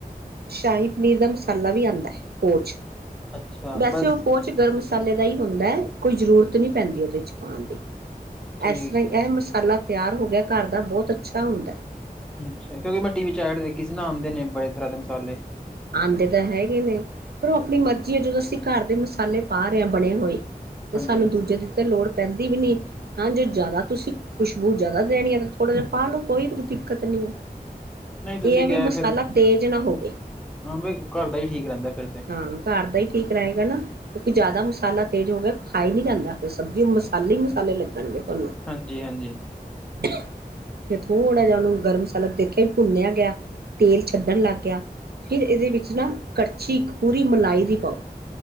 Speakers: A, on the right; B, in the centre.
A: ਸ਼ਾਹੀ ਪਨੀਰ ਦਾ ਮਸਾਲਾ ਵੀ ਆਉਂਦਾ ਹੈ ਉਹਹ ਚ
B: ਅੱਛਾ
A: ਵੈਸੇ
B: ਬਸ
A: ਉਹ ਪੋ ਚ ਗਰਮ ਮਸਾਲੇ ਦਾ ਹੀ ਹੁੰਦਾ ਹੈ ਕੋਈ ਜ਼ਰੂਰਤ ਨਹੀਂ ਪੈਂਦੀ ਉਹਦੇ ਚ ਪਾਉਣ ਦੀ
B: ਠੀਕ
A: ਇਸ ਤਰ੍ਹਾਂ
B: ਹੈ
A: ਇਹ ਮਸਾਲਾ ਤਿਆਰ ਹੋ ਗਿਆ ਘਰ ਦਾ ਬਹੁਤ ਅੱਛਾ ਹੁੰਦਾ
B: ਅੱਛਾ ਕਿਉਂਕਿ ਮੈਂ ਟੀ ਵੀ ਚ ਐਡ ਦੇਖੀ ਸੀ ਨਾ ਆਉਂਦੇ ਨੇ ਬੜੇ ਤਰ੍ਹਾਂ ਦੇ ਮਸਾਲੇ
A: ਆਉਂਦੇ ਤਾਂ ਹੈਗੇ ਨੇ ਪਰ ਉਹ ਆਪਣੀ ਮਰਜ਼ੀ ਆ ਜਦੋਂ ਅਸੀਂ ਘਰ ਦੇ ਮਸਾਲੇ ਪਾ ਰਹੇ ਹਾਂ ਬਣੇ ਹੋਏ ਤੇ
B: ਹਾਂਜੀ
A: ਸਾਨੂੰ ਦੂਜੇ ਦੀ ਤਾਂ ਲੋੜ ਪੈਂਦੀ ਵੀ ਨੀ ਹਾਂ ਜੋ ਜ਼ਿਆਦਾ ਤੁਸੀਂ ਖੁਸ਼ਬੂ ਜ਼ਿਆਦਾ ਦੇਣੀ ਆ ਤਾਂ ਥੋੜ੍ਹਾ ਜਿਹਾ ਪਾ ਲੋ ਕੋਈ ਦਿੱਕਤ ਨਹੀਂ ਹੈ
B: ਨਹੀਂ ਤੁਸੀਂ
A: ਇਹ ਆ ਵੀ
B: ਕਿਹਾ
A: ਮਸਾਲਾ
B: ਫਿਰ
A: ਤੇਜ਼ ਨਾ ਹੋਵੇ
B: ਹਾਂ ਬਈ ਘਰ ਦਾ ਹੀ ਠੀਕ ਰਹਿੰਦਾ ਫਿਰ ਤੇ।
A: ਹਾਂ ਘਰ ਦਾ ਹੀ ਠੀਕ ਰਹੇਗਾ ਨਾ ਕਿਉਂਕਿ ਜ਼ਿਆਦਾ ਮਸਾਲਾ ਤੇਜ਼ ਹੋ ਗਿਆ ਖਾ ਹੀ ਨੀ ਜਾਂਦਾ ਫਿਰ ਸਬਜ਼ੀ ਉਹ ਮਸਾਲੇ ਹੀ ਮਸਾਲੇ ਲੱਗਣਗੇ ਤੁਹਾਨੂੰ
B: ਹਾਂਜੀ ਹਾਂਜੀ
A: ਫ ਥੋੜਾ ਜਿਹਾ ਉਹਨੂੰ ਗਰਮ ਮਸਾਲਾ ਦੇਖਿਆ ਵੀ ਭੁੰਨਿਆ ਗਿਆ ਤੇਲ ਛੱਡਣ ਲੱਗ ਗਿਆ ਫਿਰ ਇਹਦੇ ਵਿੱਚ ਨਾ ਕੜਛੀ ਪੂਰੀ ਮਲਾਈ ਦੀ ਪਾਓ